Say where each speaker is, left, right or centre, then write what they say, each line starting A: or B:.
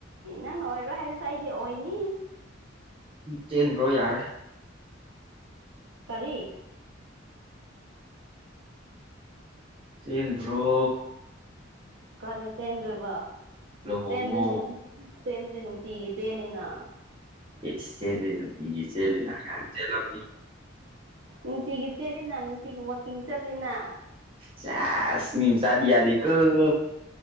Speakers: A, on the right; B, on the right.
A: ꯅꯪꯅ ꯑꯣꯏꯔꯣꯏ ꯍꯥꯏꯔꯁꯨ ꯑꯩꯗꯤ ꯑꯣꯏꯅꯤ
B: ꯆꯦꯟ ꯈꯔꯣ ꯌꯥꯔꯦ
A: ꯀꯥꯔꯤ
B: ꯆꯦꯟ ꯈꯔꯣ꯫
A: ꯀꯥꯏ ꯗ ꯆꯦꯟꯗꯣꯏꯕ
B: ꯂꯨꯍꯣꯡꯉꯣ
A: ꯆꯦꯟꯗꯣꯏ ꯅꯨꯡꯇꯤ ꯁꯦꯝꯗ꯭ꯔꯤ ꯅꯨꯡꯇꯤꯒꯤ ꯆꯦꯜꯂꯤꯅ
B: ꯑꯦ ꯆꯦꯜꯂꯤ ꯅꯨꯡꯇꯤꯒꯤ ꯆꯦꯜꯂꯤꯅ ꯀꯥꯏ ꯆ‌ꯦꯜꯂꯝꯅꯤ
A: ꯅꯨꯡꯇꯤꯒꯤ ꯆꯦꯂꯤꯅ ꯅꯨꯡꯇꯤꯒꯤ ꯋꯥꯛꯀꯤꯡ ꯆꯠꯂꯤꯅ
B: ꯆꯁ ꯃꯤ ꯃꯆꯗꯤ ꯌꯥꯗ‌ꯦ ꯀ‌ꯣ